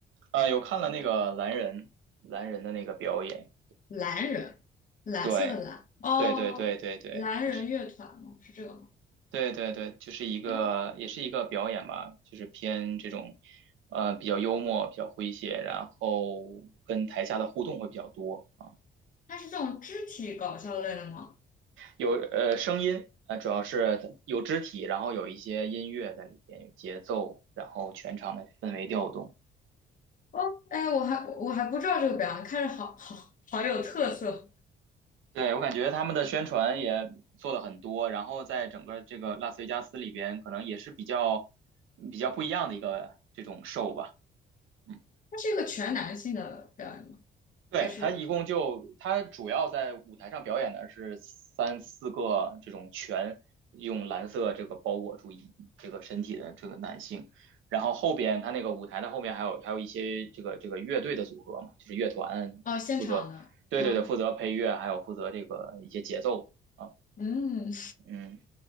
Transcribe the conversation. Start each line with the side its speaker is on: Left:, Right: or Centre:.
Right: 啊，有看了那个蓝人蓝人的那个表演，
Left: 蓝人，蓝色的蓝，
Right: 对
Left: 哦，
Right: 对对对对对对，
Left: 蓝人乐团吗？
Right: 他是。
Left: 是这个吗？
Right: 对对对，就是一个也是一个表演吧，
Left: 哦，
Right: 就是偏这种，呃，比较幽默，比较诙谐，然后跟台下的互动会比较多啊，
Left: 它是这种肢体搞笑类的吗？
Right: 有呃声音，呃主要是有肢体，然后有一些音乐在里边，有节奏，然后全场的氛围调动。
Left: 哦，哎，我还我还不知道这个表演，看着好好好有特色。
Right: 对，我感觉他们的宣传也做了很多，然后在整个这个拉斯维加斯里边，可能也是比较比较不一样的一个这种 show 吧。嗯
Left: 它是一个全男性的表演吗？
Right: 对，
Left: 还是
Right: 他一共就他主要在舞台上表演的是三四个这种全用蓝色这个包裹住一这个身体的这个男性，然后后边他那个舞台的后面还有还有一些这个这个乐队的组合嘛，就是乐团负责，
Left: 哦现场的？
Right: 对对对，
Left: 嗯。
Right: 负责配乐，还有负责这个一些节奏啊，
Left: 嗯，<laughs>
Right: 嗯